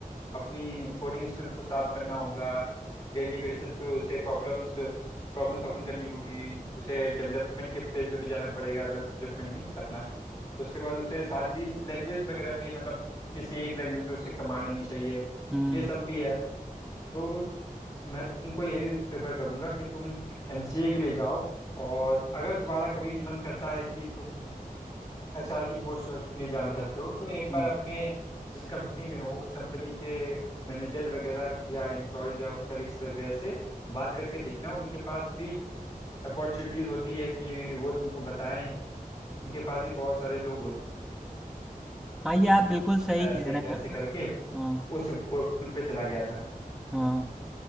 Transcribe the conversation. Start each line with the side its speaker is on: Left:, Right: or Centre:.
Left: अपनी कोडिंग स्किल्स को शार्प करना होगा डेली बेसिस पे उसे प्रॉब्लम्स प्रॉब्लम सॉल्विंग करनी होगी उसे डेवलपमेंट के फेज पे भी जाना पड़ेगा डेवलपमेंट नहीं होता अपना उसके बाद उसे सारी लैंग्वेज वगैरह भी मतलब किसी एक लैंग्वेज पे उसे कमांड आनी चाहिए
Centre: हम्म
Left: ये सब भी है तो मैं तो तुमको यही प्रेफर करूंगा कि तुम एमसीए के लिए जाओ और अगर तुम्हारा कभी मन करता है कि तुम एचआर की पोस्ट के लिए जाना चाहते हो तो एक बार
Centre: हम्म।
Left: अपने जिस कंपनी में हो उस कंपनी के मैनेजर वगैरह या एम्प्लॉयज या कलीग्स वगैरह से बात करके देखना उनके पास भी अपॉर्चुनिटीज होती है कि वो तुमको बताएं उनके पास भी बहुत सारे लोग होते
Centre: हाँ ये आप बिल्कुल सही
Left: हैं ऐसे
Centre: कह रहे
Left: ऐसे
Centre: हैं
Left: करके
Centre: हाँ
Left: उस गोल पे चला गया था
Centre: हाँ